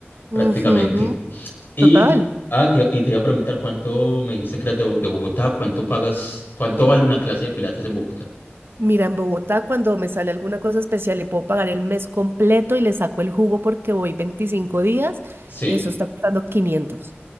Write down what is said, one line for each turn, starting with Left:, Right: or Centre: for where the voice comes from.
Right: Ujú,
Left: prácticamente. Y,
Right: Total.
Left: ah, te, y te iba a preguntar cuánto me dijiste que eras de, de Bogotá, cuánto pagas, cuánto vale una clase de pilates en Bogotá.
Right: Mira, en Bogotá cuando me sale alguna cosa especial y puedo pagar el mes completo y le saco el jugo porque voy 25 días,
Left: Sí.
Right: eso está costando quinientos,